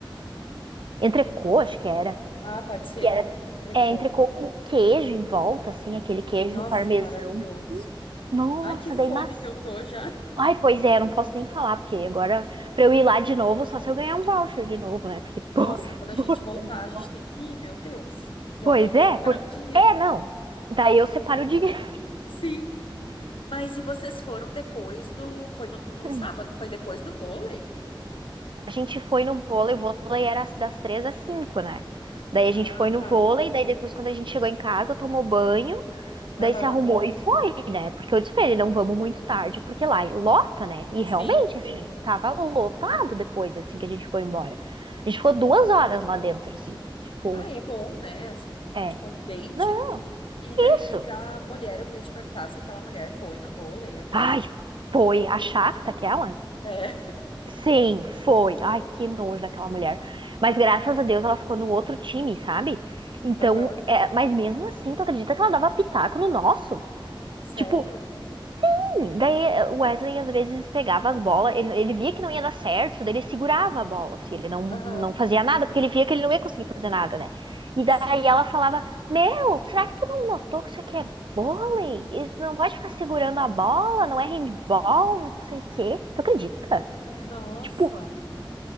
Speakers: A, on the right; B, on the left.
A: Entrecô, acho que era.
B: ah, pode ser,
A: Que era.
B: trecou.
A: É, entrecô com queijo em volta, assim, aquele queijo
B: Nossa,
A: parmesão.
B: maravilhoso.
A: Nossa,
B: Ai, que fome
A: daí macia.
B: que eu tô já.
A: Ai, pois é, não posso nem falar, porque agora, pra eu ir lá de novo, só se eu ganhar um voucher de novo, né? Porque, <laughs> por
B: Nossa, quando a gente voltar,
A: favor.
B: a gente tem que ir, meu Deus. Já
A: Pois
B: vamos
A: é, porque.
B: parar o dinheiro.
A: É, não. Daí eu separo o dinheiro.
B: Sim. Mas e vocês foram depois do. Foi no, no
A: <laughs>
B: sábado? Foi depois do vôlei?
A: A gente foi no vôlei, o vôlei era das três às cinco, né? Daí a gente
B: Ah,
A: foi no
B: tá.
A: vôlei, daí depois quando a gente chegou em casa, tomou banho,
B: Aham.
A: daí se arrumou Sim. e foi, né? Porque eu disse pra ele, não vamos muito tarde, porque lá lota, né? E
B: Sim.
A: realmente, sim. assim, Sim. tava lotado depois, assim, que a gente foi embora. A gente ficou duas horas lá dentro, assim. Tipo,
B: Ah, é bom, né? Assim,
A: é.
B: tipo um date.
A: Não,
B: E daí,
A: é isso.
B: e a mulher, eu queria te perguntar se aquela mulher foi no vôlei, aquela
A: Ai,
B: que.
A: foi a chata aquela.
B: É. <laughs>
A: Sim, foi. Ai, que nojo daquela mulher. Mas graças a Deus ela ficou no outro time, sabe? Então,
B: Aham.
A: é... mas mesmo assim, tu acredita que ela dava pitaco no nosso?
B: Sério?
A: Tipo, sim! Daí eh, o Wesley às vezes pegava as bolas, ele, ele via que não ia dar certo, daí ele segurava a bola, assim, ele não,
B: Aham.
A: não fazia nada, porque ele via que ele não ia conseguir fazer nada, né? E
B: Sim.
A: daí ela falava: Meu, será que tu não notou que isso aqui é vôlei? Isso Não pode ficar segurando a bola, não é handball, não sei o quê. Tu acredita?
B: Nossa.
A: Tipo,